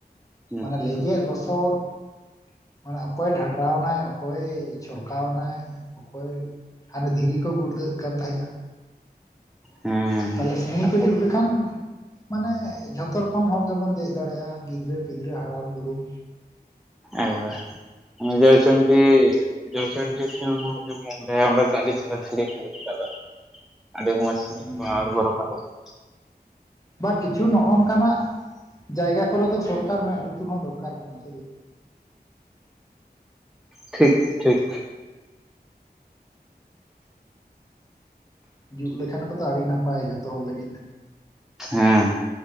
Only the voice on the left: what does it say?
ᱢᱟᱱᱮ ᱞᱮᱸᱡᱮᱫ ᱞᱚᱥᱚᱫ ᱢᱟᱱᱮ ᱚᱠᱚᱭ ᱰᱷᱟᱰᱨᱟᱣᱱᱟᱭ, ᱚᱠᱚᱭ ᱪᱷᱚᱞᱠᱟᱣᱱᱟᱭ, ᱚᱠᱚᱭ ᱟᱨ ᱫᱷᱤᱨᱤ ᱠᱚ, ᱜᱩᱲᱫᱟᱹᱜ ᱠᱟᱱ ᱛᱟᱦᱮᱸᱜᱼᱟ᱾
ᱛᱟᱦᱚᱞᱮ ᱥᱤᱸᱬᱤ
ᱠᱚ ᱡᱩᱛ ᱞᱮᱠᱷᱟᱱ ᱢᱟᱱᱮ ᱡᱷᱚᱛᱚ ᱨᱚᱠᱚᱢ ᱦᱚᱲ ᱜᱮᱵᱚᱱ ᱫᱮᱡ ᱫᱟᱲᱮᱜᱼᱟ, ᱜᱤᱫᱽᱨᱟᱹ ᱯᱤᱫᱽᱨᱟᱹ ᱦᱟᱲᱟᱢ ᱫᱩᱲᱩᱢ᱾
ᱦᱮᱸ, ᱵᱟ ᱠᱤᱪᱷᱩ ᱱᱚᱜ-ᱚᱱ ᱠᱟᱱᱟᱜ ᱡᱟᱭᱜᱟ ᱠᱚᱨᱮ ᱫᱚ, ᱥᱚᱨᱠᱟᱨ ᱢᱮᱫ ᱞᱩᱛᱩᱨ ᱦᱚᱸ ᱫᱚᱨᱠᱟᱨ ᱠᱟᱱᱟ ᱥᱮ ᱪᱮ
ᱡᱩᱜ ᱞᱮᱠᱷᱟᱱ ᱠᱚᱛᱚ ᱟᱹᱰᱤ ᱱᱟᱯᱟᱭ ᱡᱷᱚᱛᱚ ᱦᱚᱲ ᱞᱟᱹᱜᱤᱫ᱾